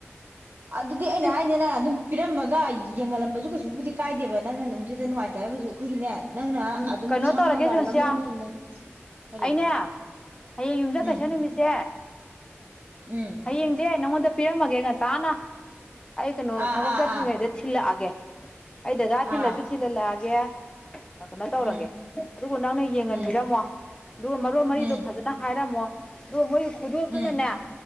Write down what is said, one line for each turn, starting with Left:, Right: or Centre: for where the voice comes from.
Right: ꯑꯗꯨꯗꯤ ꯑꯩꯅ
Left: ꯑꯩꯁ
Right: ꯍꯥꯏꯅꯦ ꯅꯪ ꯑꯗꯨꯝ ꯄꯤꯔꯝꯃꯒ ꯌꯦꯡꯍꯜꯂꯝꯕꯁꯨ ꯀꯩꯁꯨꯕꯨꯗꯤ ꯀꯥꯏꯗꯦꯕ ꯅꯪꯅ ꯅꯨꯃꯤꯗꯨꯨꯗ ꯅꯨꯡꯉꯥꯏ ꯇꯔꯒꯁꯨ ꯑꯩꯈꯣꯏꯒꯤꯅꯦ ꯅꯪꯅ
Left: ꯎꯝ
Right: ꯑꯗꯨꯝ
Left: ꯀꯩꯅꯣ
Right: ꯁꯝꯃꯒ
Left: ꯇꯧꯔꯒꯦ ꯖꯣꯟꯁꯤꯌꯥ
Right: ꯂꯝꯂꯣꯡ ꯇꯨꯡꯂꯣꯡ ꯀꯔꯤ
Left: ꯑꯩꯅꯦ ꯍꯌꯦꯡ ꯌꯨꯝꯁꯥꯀꯩꯁꯥ
Right: ꯎꯝ
Left: ꯅꯨꯃꯤꯠꯁꯦ
Right: ꯎꯝ
Left: ꯍꯌꯦꯡꯖꯦ ꯅꯪꯉꯣꯟꯗ ꯄꯤꯔꯝꯃꯒꯦ ꯉꯟꯇꯥꯅ ꯑꯩ ꯀꯩꯅꯣ
Right: ꯑꯥ
Left: ꯊꯕꯛ
Right: ꯑꯥ
Left: ꯆꯥꯠꯇ꯭ꯔꯤꯉꯩꯗ
Right: ꯑꯥ
Left: ꯊꯤꯜꯂꯛ ꯑꯒꯦ ꯑꯩ ꯗꯗꯥ ꯊꯤꯜꯂꯁꯨ
Right: ꯑꯥ
Left: ꯊꯤꯜꯍꯜꯂꯛꯑꯒꯦ ꯐꯖꯅ ꯇꯧꯔꯒꯦ
Right: ꯎꯝ
Left: ꯑꯗꯨꯕꯨ ꯅꯪꯅ ꯌꯦꯡꯍꯟꯕꯤꯔꯝꯃꯣ
Right: ꯎꯝ
Left: ꯑꯗꯨꯒ ꯃꯔꯣꯜ ꯃꯔꯤꯗꯣ
Right: ꯎꯝ
Left: ꯐꯖꯅ ꯍꯥꯏꯔꯝꯃꯣ ꯗꯣ ꯃꯣꯏ ꯈꯨꯗꯣꯞ
Right: ꯎꯝ
Left: ꯇꯨꯅꯅꯦ